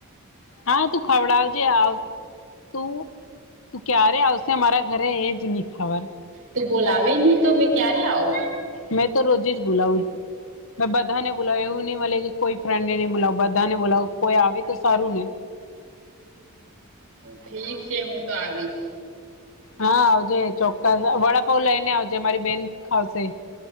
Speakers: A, on the left (about 65°); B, on the right (about 65°).
A: હા તું ખવડાવજે આવ તું તું ક્યારે આવશ છે મારા ઘરે એજ ની ખવાય.
B: તો બોલાવે ની તો મેં ક્યારે આઉ.
A: મેં તો રોજે જ બોલાવું. મે બધાને બોલાવું એવું ની મળે કે કોઈ ફ્રેન્ડને ની બોલાવ બધાને બોલાવ કોઈ આવે તો સારું ને.
B: ઠીક છે, હું તો આવીશ.
A: હા આવજે ચોક્કસ વડાપઉ લઈને આવજે મારી બેન ખાવશે.